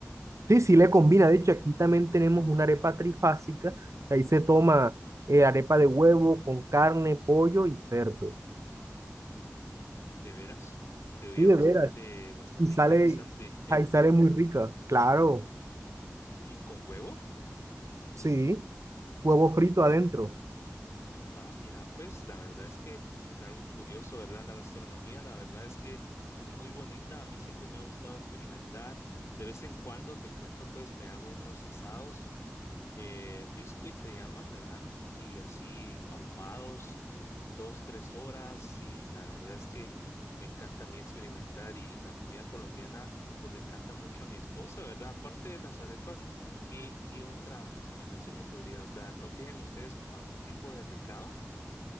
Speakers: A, on the right; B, on the left.
A: Sí, sí le combina. De hecho, aquí también tenemos una arepa trifásica. Ahí se toma eh, arepa de huevo con carne, pollo y cerdo.
B: ¿De veras? Se oye
A: Sí,
B: bastante,
A: de veras.
B: bastante
A: Y sale,
B: interesante.
A: ahí sale muy rica. Claro,
B: <laughs> ¿Y con huevo?
A: sí. Huevo frito adentro.
B: Ah, mira, pues la verdad es que es algo curioso, ¿verdad? La gastronomía, la verdad es que es muy bonita. A mí siempre me ha gustado experimentar. De vez en cuando, te cuento, pues me hago unos asados, eh, biscuit le llaman, ¿verdad? Y así ahumados, dos, tres horas. Y la verdad es que me encanta a mí experimentar. Y la comida colombiana, pues le encanta mucho a mi esposa, ¿verdad? Aparte de las arepas, ¿qué, qué otra recomendación me podrías dar? ¿No tienen ustedes como algún tipo de recado?